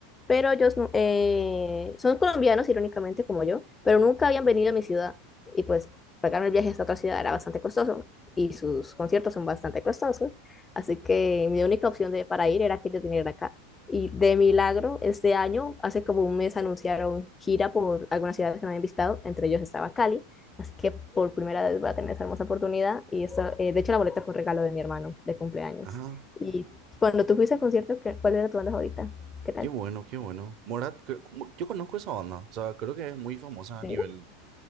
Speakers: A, on the left (about 20°); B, on the right (about 50°).
A: pero ellos nu- eh, son colombianos, irónicamente, como yo, pero nunca habían venido a mi ciudad y pues pagar el viaje hasta otra ciudad era bastante costoso y sus conciertos son bastante costosos, así que mi única opción de, para ir era que ellos vinieran acá. Y de milagro, este año, hace como un mes, anunciaron gira por algunas ciudades que no habían visitado, entre ellos estaba Cali. Así que por primera vez voy a tener esa hermosa oportunidad. Y eso, eh, de hecho, la boleta fue un regalo de mi hermano de cumpleaños.
B: Ajá.
A: Y cuando tú fuiste al concierto, ¿qué- ¿cuál era tu banda favorita? ¿Qué tal?
B: Qué bueno, qué bueno. Morat, creo- como- yo conozco esa banda. O sea, creo que es muy famosa a
A: Sí.
B: nivel